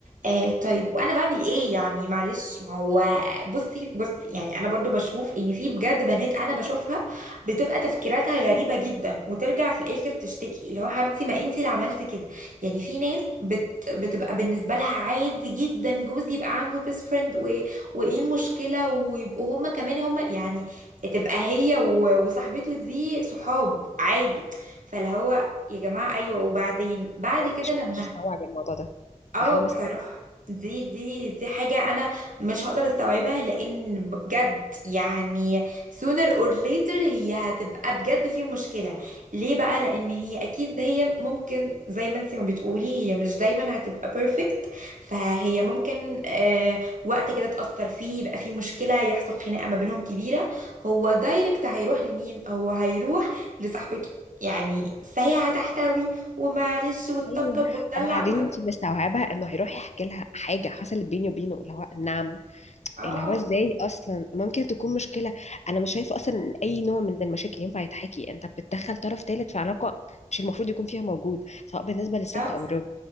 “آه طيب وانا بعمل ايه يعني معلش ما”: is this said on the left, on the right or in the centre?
Right